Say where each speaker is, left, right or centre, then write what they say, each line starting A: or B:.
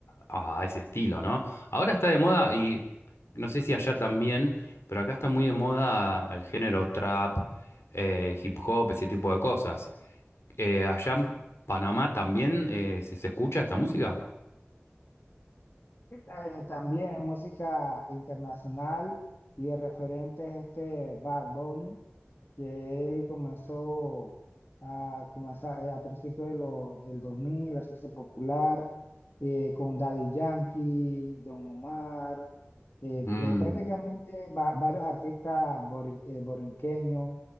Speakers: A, on the left; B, on the left.
A: a, a ese estilo, ¿no? Ahora está de moda y no sé si allá también, pero acá está muy de moda el género trap, eh, hip hop, ese tipo de cosas. Eh, allá en Panamá también eh, se se escucha esta música.
B: Eh, también música internacional y el referente es este Bad Bunny que él comenzó a, comenzar, eh, a principios de lo- del 2000 a hacerse popular eh, con Daddy Yankee, Don Omar, eh,
A: Mm,
B: de prácticamente va- varios artistas bori- eh, borinqueños